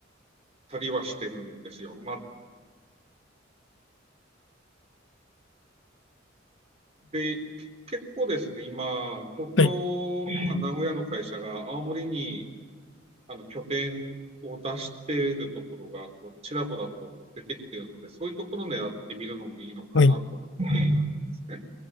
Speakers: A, on the right (about 35°); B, on the left (about 70°).
A: たりはしてるんですよ。まあ、で、結構ですね、今、東京とか名古屋の会社が青森に
B: はい、
A: あの拠点を出しているところがこうちらほらと出てきているので、そういうところを狙ってみるのもいいのかなと思っているんですね。
B: はい、